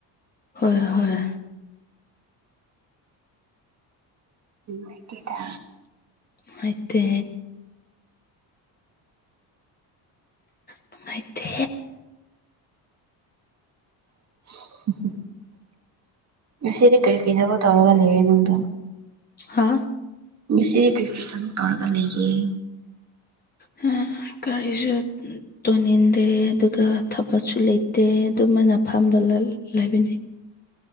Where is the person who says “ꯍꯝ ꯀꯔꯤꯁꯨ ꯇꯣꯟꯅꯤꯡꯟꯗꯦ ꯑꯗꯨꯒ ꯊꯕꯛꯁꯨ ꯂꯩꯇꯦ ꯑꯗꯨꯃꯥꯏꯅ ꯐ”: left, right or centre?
Left